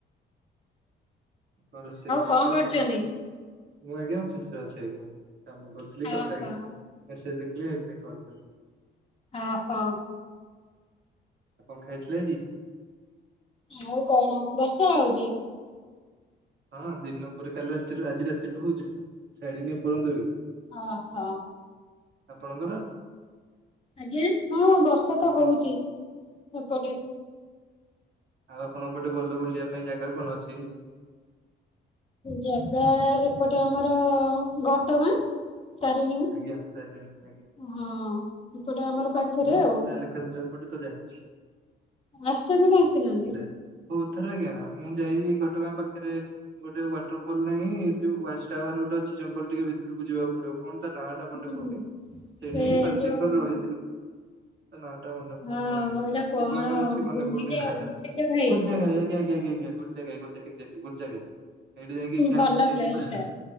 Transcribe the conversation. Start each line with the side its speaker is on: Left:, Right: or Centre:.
Right: ଆଉ କଣ ରୋଷେଇ କରିଥିଲେ
Left: କଣ କରୁଛନ୍ତି?
Right: ନା? ମୁଁ ଆଜ୍ଞା ଖୁସି ଅଛି ଆଜ୍ଞା। କାମ କରୁଥିଲି କଥା
Left: ଓହୋ
Right: ହେଇଗଲି। ମେସେଜ ଦେଖିଲି ସେଇଥିପାଇଁ କଲ୍ କଲି।
Left: ଓହୋ।
Right: ଆପଣ ଖାଇଥିଲେ ଆଜି?
Left: ମୁଁ କଣ ବର୍ଷା ହୋଉଚି?
Right: ହଁ ଦିନ ପରେ କାଲି ରାତିରୁ ଆଜି ରାତିଠୁ ହୋଉଚି ପୁରା ଛାଡିିନି ଏ ପର୍ଯ୍ୟନ୍ତ ବି।
Left: ଓହୋ।
Right: ଆପଣଙ୍କର?
Left: ଆଜ୍ଞା ହଁ ବର୍ଷା ତ
Right: ଆପଣ
Left: ହୋଉଚି ଏପଟେ।
Right: ଆଉ ଆପଣଙ୍କ ପଟେ ଭଲ ବୁଲିବା ପାଇଁ ଜାଗା କଣ ଅଛି?
Left: ଜାଗା ଏପଟେ ଆମର ଘଟଗାଁ ତାରିଣୀ
Right: ଆଜ୍ଞା ତାରିଣୀ ଆଜ୍ଞା
Left: ହଁ। ଏପଟେ ଆମର ପାଖରେ
Right: ମୁଁ ତାହେଲେ
Left: ଆଉ
Right: କେଉଁଝର୍ ପଟେ ତ ଜାଣିଛି।
Left: ଆସିଛନ୍ତି ନା ଆସିନାହାନ୍ତି?
Right: ଯାଇ ବହୁତ ଥର ଆଜ୍ଞା ମୁଁ ଯାଇଚି ଘଟଗାଁ ପାଖରେ ଗୋଟେ ୱାଟର୍ ଫଲ୍ ନାହିଁ ଯୋଉା ୱାଚ୍ ଟାୱାର ଗୋଟେ ଅଛି ଜ୍ ଜଙ୍ଗଲ ଟିକେ ଭିତରକୁ ଯିବାକୁ ପଡିବ କଣ ତା ନାଁଟା
Left: ହୁଁ
Right: ମନେ ପଡୁନି
Left: ହୁଁ
Right: ସେଇଠି
Left: ସେ
Right: ଯାଇକି ପାଞ୍ଚ
Left: ଯୋଉ
Right: ଦିନ ଖଣ୍ଡେ ରହିଥିଲୁ ପୁରା। ତା ନାଁଟା ମନେ ପଡୁନି
Left: ହଁ
Right: ଜି
Left: ଏଇଟା କଣ
Right: ଜିଭ ଆଗରେ ଅଛି ମନେ
Left: ଗୁଣ୍ଡିଚା
Right: ପଡୁନି ନାଁ ଟା
Left: ଗୁଣ୍ଡିଚା ଘାଇ।
Right: ଗୁଣ୍ଡିଚାଘାଇ ଆଜ୍ଞା। ଆଜ୍ଞା ଆଜ୍ଞା ଆଜ୍ଞା ଗୁଣ୍ଡିଚାଘାଇ ଗୁଣ୍ଡିଚାଘାଇ ଏକ୍ଜାଟଲି ଗୁଣ୍ଡିଚାଘାଇ ସେଠି ଯାଇଁ କି କ୍ୟାମ୍ପ
Left: ଭଲ
Right: ପକେଇକି
Left: ପ୍ଲେସ
Right: ପୁରା
Left: ଟା